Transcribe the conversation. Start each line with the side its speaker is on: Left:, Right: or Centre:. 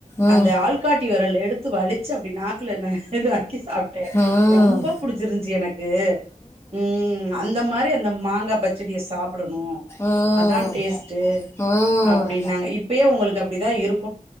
Left: ம்.
Right: அந்த ஆள்காட் டி விரல் எடுத்து வலிச்சு அப்டி நாக்குல ந நக்கி சாப்ட்டே
Left: ம்.
Right: ரொம்ப புடிச்சிருந்ச்சு எனக் கு ம் அந்த மாரி அந்த மாங்கா பச்சடிய சாப்டணு
Left: ம்.
Right: அதா டேஸ்ட்டு
Left: ம்.
Right: அப்டின்னாங்க இப்பயே உங்களுக்கு அப்டிதா இருக்